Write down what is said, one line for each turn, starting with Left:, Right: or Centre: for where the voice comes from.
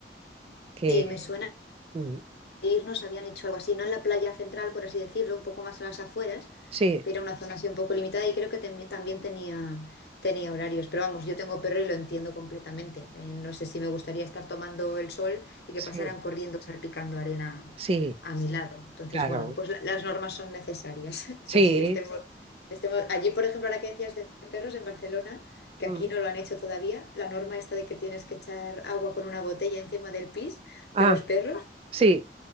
Right: Que
Left: sí, me suena.
Right: mm,
Left: irnos habían hecho algo así, no en la playa central, por así decirlo, un poco más a las afueras,
Right: sí,
Left: pero una zona así un poco limitada y creo que tem- también tenía, tenía horarios. Pero vamos, yo tengo perro y lo entiendo completamente. Eh, no sé si me gustaría estar tomando el sol y que
Right: sí,
Left: pasaran corriendo salpicando arena
Right: sí,
Left: a mi Sí, lado. Entonces,
Right: claro.
Left: bueno, pues la- las normas son necesarias. <laughs> Eso
Right: Sí.
Left: sí, estemos, sí. estemos... Allí, por ejemplo, ahora que decías de perros en Barcelona, que
Right: mm.
Left: aquí no lo han hecho todavía, la norma esta de que tienes que echar agua con una botella encima del pis
Right: Ah,
Left: de los perros.
Right: sí,